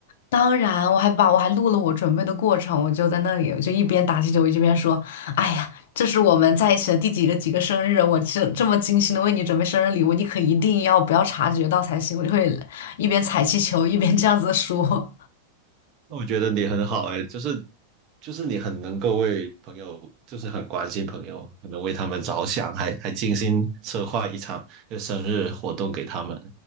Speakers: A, on the left; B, on the right.
A: 当然，我还把我还录了我准备的过程，我就在那里，我就一边打气球，我一边说：“哎呀，这是我们在一起的第几个几个生日，我这这么精心的为你准备生日礼物，你可一定要不要察觉到才行。”我就会一边踩气球一边这样子说。
B: 那我觉得你很好哎，就是就是你很能够为朋友，就是很关心朋友，很能为他们着想，还还精心策划一场就生日活动给他们，